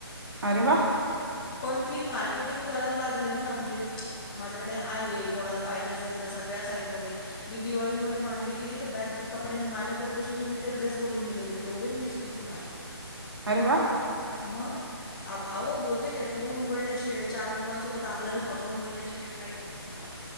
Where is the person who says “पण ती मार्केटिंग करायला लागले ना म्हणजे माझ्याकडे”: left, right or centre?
Left